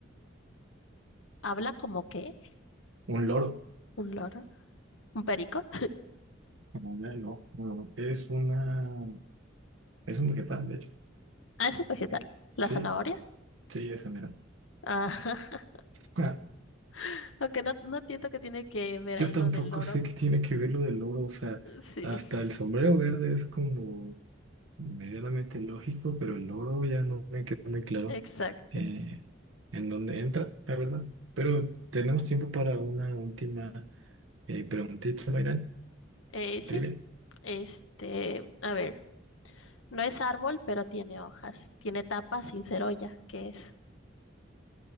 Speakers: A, on the left; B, on the right.
A: ¿Habla como qué?
B: ¿Un loro?
A: ¿Un loro? ¿Un perico?
B: Ah, ya, No, no, no. Es una... Es un vegetal, de hecho.
A: Ah, es un vegetal. ¿La
B: Sí,
A: zanahoria?
B: sí, esa, mira.
A: Ajá.
B: Ah,
A: <laughs> Aunque no, no entiendo que tiene que ver
B: Yo
A: ahí
B: tampoco
A: lo del loro.
B: sé qué tiene que ver lo del loro, o sea,
A: Sí,
B: hasta el sombrero verde es como... medianamente lógico, pero el logro ya no me queda muy claro
A: exacto.
B: eh, en dónde entra, la verdad. Pero tenemos tiempo para una última eh, preguntita, Mayran.
A: Eh, sí,
B: Trivia.
A: este, a ver, no es árbol, pero tiene hojas. Tiene tapa sin ser olla. ¿Qué es?